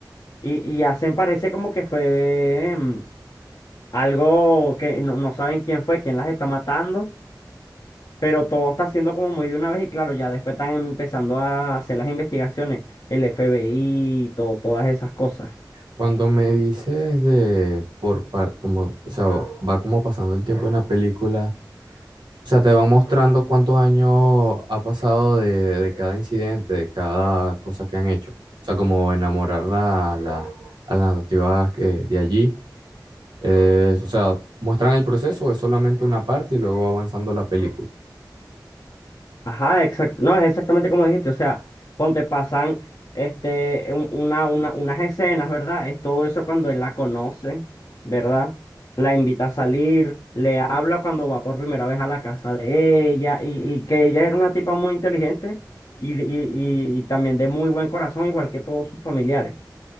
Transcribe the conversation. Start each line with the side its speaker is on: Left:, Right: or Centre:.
Left: Y, y hacen, parece como que fue em, algo que no, no saben quién fue, quién las está matando, pero todo está siendo como muy de una vez y claro, ya después están empezando a hacer las investigaciones, el FBI, todo, todas esas cosas.
Right: Cuando me dices de por par, como, o sea, va como pasando el tiempo en la película, O sea, te van mostrando cuántos años ha pasado de, de cada incidente, de cada cosa que han hecho. O sea, como enamorar a, la- a las nativas que, de allí. Eh, o sea, muestran el proceso, es solamente una parte y luego va avanzando la película.
Left: Ajá, exacto. No, es exactamente como dijiste. O sea, ponte, pasan este, un- una, una- unas escenas, ¿verdad? Es todo eso cuando él la conoce, ¿verdad? La invita a salir, le habla cuando va por primera vez a la casa de ella y, y que ella era una tipa muy inteligente y, y, y y también de muy buen corazón, igual que todos sus familiares.